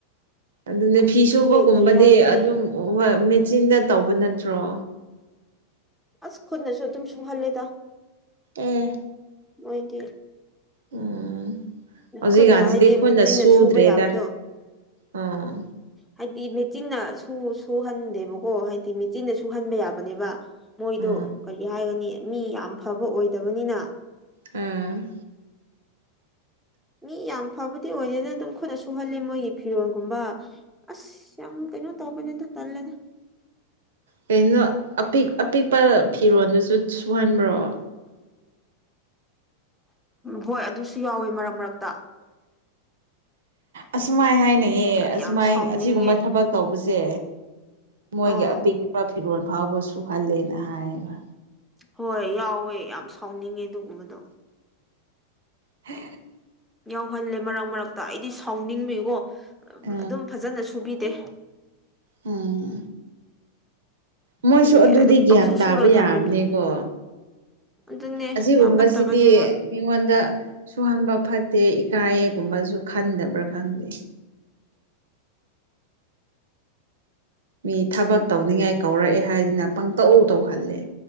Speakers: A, on the right; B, in the centre.
A: ꯑꯗꯨꯅꯦ ꯐꯤ ꯁꯨꯕꯒꯨꯝꯕꯗꯤ
B: ꯀꯔꯤ ꯍꯥꯏꯒꯅꯤ
A: ꯑꯗꯨꯝ ꯍꯣꯏ ꯃꯦꯆꯤꯟꯅ ꯇꯧꯕ ꯅꯠꯇ꯭ꯔꯣ
B: ꯑꯁ ꯈꯨꯠꯅꯁꯨ ꯑꯗꯨꯝ ꯁꯨꯍꯜꯂꯗ
A: ꯑꯦ
B: ꯃꯣꯏꯗꯤ
A: ꯎꯝ ꯍꯧꯖꯤꯛꯀꯥꯟꯁꯤꯗꯤ
B: ꯈꯨꯠꯅ ꯍꯥꯏꯗꯤ
A: ꯈꯨꯠꯅ
B: ꯃꯦꯆꯤꯟꯅ
A: ꯁꯨꯗ꯭ꯔꯦꯗ
B: ꯁꯨꯕ ꯌꯥꯕꯗꯣ ꯍꯥꯏꯗꯤ
A: ꯑꯥ
B: ꯍꯥꯏꯗꯤ ꯃꯦꯆꯤꯟꯅ ꯁꯨ ꯁꯨꯍꯟꯗꯦꯕꯀꯣ ꯍꯥꯏꯗꯤ ꯃꯦꯆꯤꯟꯅ ꯁꯨꯍꯟꯕ ꯌꯥꯕꯅꯦꯕ ꯃꯣꯏꯗꯣ
A: ꯎꯝ
B: ꯀꯔꯤ ꯍꯥꯏꯒꯅꯤ ꯃꯤ ꯌꯥꯝ ꯐꯕ ꯑꯣꯏꯗꯕꯅꯤꯅ
A: ꯑꯝ
B: ꯃꯤ ꯌꯥꯝ ꯐꯕꯗꯤ ꯑꯣꯏꯗꯦꯗꯅ ꯑꯗꯨꯝ ꯈꯨꯠꯅ ꯁꯨꯍꯜꯂꯦ ꯃꯣꯏꯒꯤ ꯐꯤꯔꯣꯜꯒꯨꯝꯕ ꯑꯁ ꯌꯥꯝ ꯀꯩꯩꯅꯣꯇꯧꯕꯅꯤꯗ ꯇꯜꯂꯗ
A: ꯀꯩꯅꯣ ꯑꯄꯤ ꯑꯄꯤꯛꯄ ꯐꯤꯔꯣꯜꯗꯨꯁꯨ ꯁꯨꯍꯟꯕ꯭ꯔꯣ
B: ꯍꯣꯏ ꯑꯗꯨꯁꯨ ꯌꯥꯎꯋꯤ ꯃꯔꯛ ꯃꯔꯛꯇ
A: ꯑꯁꯨꯃꯥꯏ ꯍꯥꯏꯅ ꯩꯌꯦ ꯑꯁꯨꯃꯥꯏ
B: ꯌꯥꯝ ꯁꯥꯎꯅꯤꯡꯉꯦ
A: ꯑꯁꯤꯒꯨꯝꯕ ꯊꯕꯛ ꯇꯧꯕꯁꯦ ꯃꯣꯏꯒꯤ
B: ꯑꯥ
A: ꯑꯄꯤꯛꯄ ꯐꯤꯔꯣꯜ ꯐꯥꯎꯕꯁꯨꯨꯍꯜꯂꯦꯅ ꯍꯥꯏꯌꯦꯕ
B: ꯍꯣꯏ ꯌꯥꯎꯋꯦ ꯌꯥꯝ ꯁꯥꯎꯅꯤꯡꯉꯦ ꯑꯗꯨꯒꯨꯝꯕꯗꯣ
A: ꯍ
B: ꯌꯥꯎꯍꯜꯂꯦ ꯃꯔꯛ ꯃꯔꯛꯇ ꯑꯩꯗꯤ ꯁꯥꯎꯅꯤꯡꯕꯤꯨꯀꯣ
A: ꯑꯥ
B: ꯑꯗꯨꯝ ꯐꯖꯅ ꯁꯨꯕꯤꯗꯦ
A: ꯎꯝ ꯃꯣꯏꯁꯨ
B: ꯑꯗꯨꯒꯤ
A: ꯑꯗꯨꯗꯤ
B: ꯑꯗꯨꯝ
A: ꯒ꯭ꯌꯥꯟ
B: ꯄꯪꯁꯨ
A: ꯇꯥꯕ
B: ꯁꯨꯔꯒ
A: ꯌꯥꯕꯅꯤꯀꯣ
B: ꯊꯝꯕꯤꯕꯅꯦ ꯑꯗꯨꯅꯦ
A: ꯑꯁꯤꯒꯨꯝꯕꯁꯤꯗꯤ
B: ꯌꯥꯝ ꯐꯠꯇꯕꯅꯦ ꯃꯣꯏ
A: ꯃꯤꯉꯣꯟꯗ ꯁꯨꯍꯟꯕ ꯐꯠ ꯇꯦ ꯏꯀꯥꯏꯒꯨꯝꯕꯁꯨ ꯈꯟꯗꯕ꯭ꯔꯥ ꯈꯪꯗꯦ ꯃꯤ ꯊꯕꯛ ꯇꯧꯅꯤꯡꯉꯥꯏ ꯀꯧꯔꯛꯑꯦ ꯍꯥꯏꯗꯅ ꯄꯪꯇꯧ ꯇꯧꯍꯜꯂꯦ